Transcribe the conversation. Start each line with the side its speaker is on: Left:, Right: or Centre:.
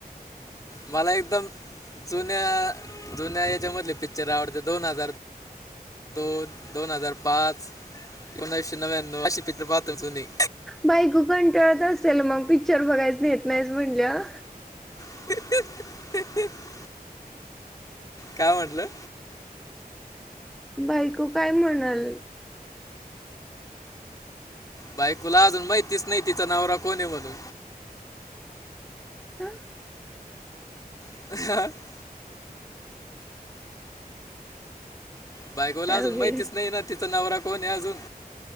Left: मला एकदम जुन्या जुन्या, याच्यामधले पिक्चर आवडते दोन हजार दोन दोन हजार पाच, एकोणीशे नव्याण्णव अशी चित्रपट जुनी.
Centre: बायको कंटाळत असेल मग, पिक्चर बघायचं न्हेत नाही म्हणल्यावर.
Left: <unintelligible> काय म्हटलं?
Centre: बायको काय म्हणाल?
Left: बायकुला अजून माहितीच नाही, तिचा नवरा कोण म्हणून.
Centre: हा.
Left: <unintelligible> बायकोला
Centre: अवघडे
Left: अजून माहितीच नाही ना, तिचा नवरा कोण आहे अजून